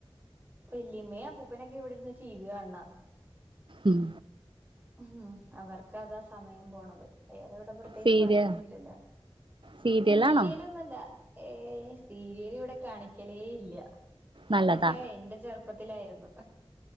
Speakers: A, on the right; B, on the right.
A: വല്ല്യമ്മയും അപ്പൂപ്പനൊക്കെ ഇവിടെരുന്ന് ടി വി കാണ്ണ്.
B: ഉം.
A: ഉം അവർക്ക് അതാ സമയം പോണത്. വേറെവിടെ പ പ്രത്യേകിച്ച്
B: സീരിയ
A: പണിയൊന്നുംല്ലല്ലോ.
B: സീരിയലാണോ
A: സീരിലൊന്നൊല്ല. ഏ സീരേലിവിടെ കാണിക്കലേ ഇല്ല.
B: നല്ലതാ
A: അതൊക്കെ എന്റെ ചെറു പ്പത്തിലായിരുന്നു.